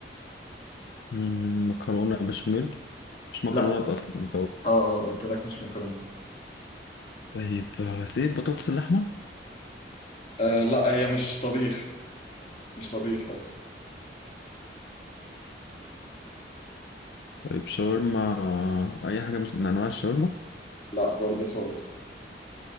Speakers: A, on the left; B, on the left.
A: مم، مكرونة بشاميل مش مكرونات
B: لا
A: أصلا أنت قلت.
B: اه اه قلت لك مش مكرونه
A: طيب آه، زيت بطاطس باللحمة
B: آه لا هي مش طبيخ مش طبيخ اصلا
A: طيب شاورما آه، أي حاجة مش من أنواع الشاورما
B: لا برضه خالص